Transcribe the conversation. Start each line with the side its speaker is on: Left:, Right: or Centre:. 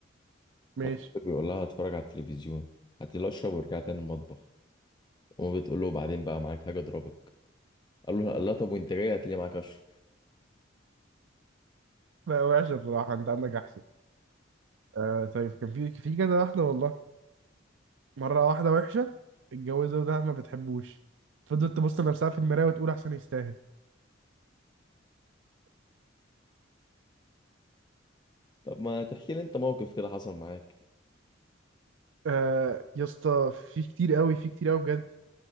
Left: فالطفل
Right: ماشي
Left: بيقول لها هتفرج على التلفزيون هاتي لي أشرب وارجع تاني المطبخ أمه بتقول له بعدين بقى معاك حاجة أضربك قال له لا طب وأنت جاي هاتي لي معاك أشرب
Right: لا وحشه بصراحه انت عندك احسن آه طيب كان في في كذا واحده والله مره واحده وحشه اتجوزها وده ما بتحبوش فضلت تبص لنفسها في المرايه وتقول احسن يستاهل
Left: طب ما تحكي لي أنت موقف كده حصل معاك
Right: آه يا اسطى في كتير قوي في كتير قوي بجد